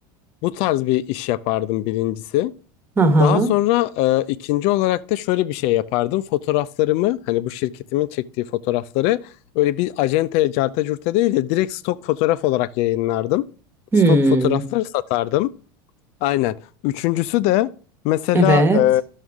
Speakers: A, on the left; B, on the right.
A: Bu tarz bir iş yapardım birincisi.
B: Aha.
A: Daha sonra e, ikinci olarak da şöyle bir şey yapardım. Fotoğraflarımı hani bu şirketimin çektiği fotoğrafları öyle bir acentaya carta curta değil de direkt stok fotoğraf olarak yayınlardım.
B: Hmm.
A: Stok fotoğrafları satardım. Aynen. Üçüncüsü de mesela
B: Evet.
A: e,